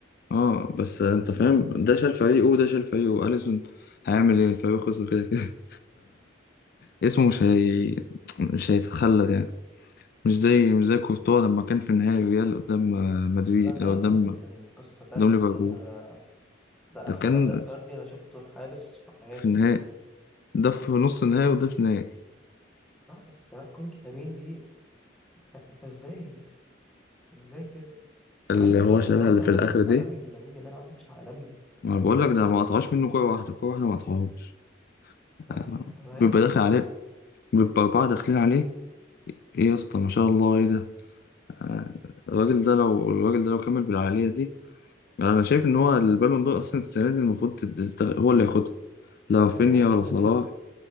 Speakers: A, on the left; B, in the centre.
A: اه بس انت فاهم ده شال فريقه وده شال فريقه واليسون هيعمل ايه الفريق خسر كده كده <laughs> فاسمه مش هي مش هيتخلد يعني مش زي مش زي كورتوا لما كان في النهائي الريال قدام آه، مدريد
B: لا ده
A: آه،
B: ده
A: قدام
B: ده كان قصة تانية
A: قدام ليفربول
B: ده ده
A: ده
B: احسن
A: كان
B: اداء فردي انا شفته الحارس في حياتي
A: في النهائي
B: يعني
A: ده في نص النهائي وده في النهائي
B: اه بس لا كرة لامين دي انت انت ازاي ازاي كده
A: اللي
B: مع ان الولد
A: هو
B: النهارده
A: شالها اللي في
B: عمل
A: الاخر
B: ماتش
A: دي
B: عالمي لامين يامال عمل ماتش عالمي
A: ما بقول لك ده ما قطعوش منه كورة واحدة كورة واحدة ما قطعوهاش
B: بس هي
A: آه، بيبقى
B: هي الحظ
A: داخل عليه بيبقى أربعة داخلين عليه إيه يا اسطى ما شاء الله إيه ده آه، الراجل ده لو الراجل ده لو كمل بالعالية دي أنا شايف إن هو البالون دور أصلا السنة دي المفروض تد- ت- هو اللي ياخدها لا رافينيا
B: كان هو
A: ولا
B: او
A: صلاح
B: بيتري